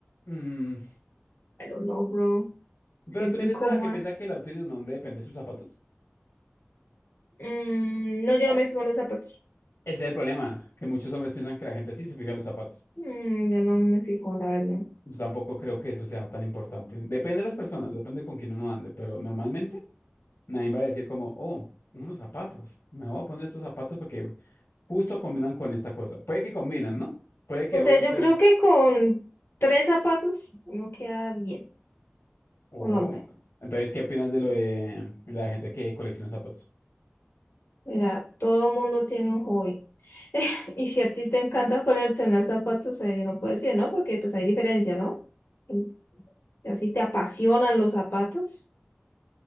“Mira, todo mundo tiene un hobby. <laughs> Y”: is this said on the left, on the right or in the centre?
Left